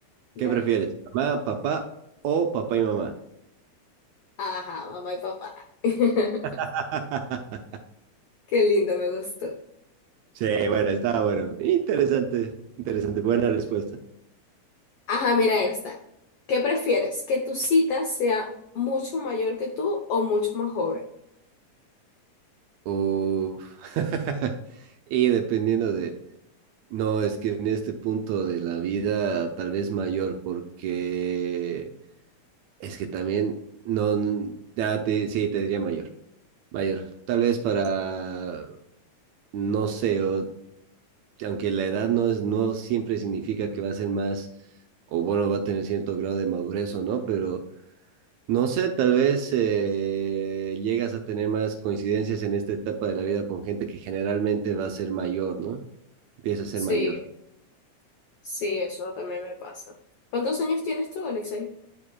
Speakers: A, on the left; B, on the right.
A: Dale
B: ¿Qué prefieres?
A: pues.
B: ¿Mamá, papá o papá y mamá?
A: Ajá, mamá y papá. <laughs>
B: <laughs>
A: Qué lindo, me gustó.
B: Sí, bueno, estaba bueno. Interesante, interesante, buena respuesta.
A: Ajá, mira esta. ¿Qué prefieres? ¿Que tu cita sea mucho mayor que tú o mucho más joven?
B: Uf. <laughs> Y dependiendo de, no, es que en este punto de la vida tal vez mayor, porque es que también, no, n- ya te, sí, te diría mayor, mayor. Tal vez para, no sé, o- aunque la edad no es, no siempre significa que va a ser más, o bueno, va a tener cierto grado de madurez o no, pero No sé, tal vez eh, llegas a tener más coincidencias en esta etapa de la vida con gente que generalmente va a ser mayor, ¿no? Empieza a ser
A: Sí,
B: mayor.
A: sí, eso también me pasa. ¿Cuántos años tienes tú, Alexei?